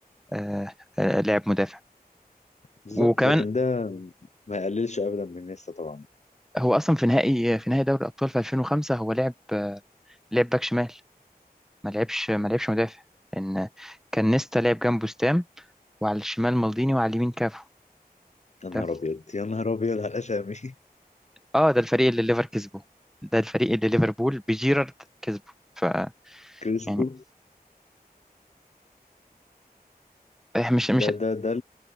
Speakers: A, in the centre; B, on the left.
A: آه، آه، لعب مدافع
B: بالظبط
A: وكمان
B: لكن ده ما يقللش ابدا من نيستا طبعا
A: هو أصلا في نهائي في نهائي دوري الأبطال في 2005 هو لعب آه، لعب باك شمال ما لعبش ما لعبش مدافع لأن كان نيستا لعب جنبه ستام وعلى الشمال مالديني وعلى اليمين كافو
B: يا نهار
A: ده
B: ابيض يا نهار ابيض على الاسامي
A: اه ده الفريق اللي ليفر كسبه ده الفريق اللي ليفربول بجيرارد كسبه ف
B: <laughs> كريسبو
A: يعني إح- مش مش
B: ده ده ده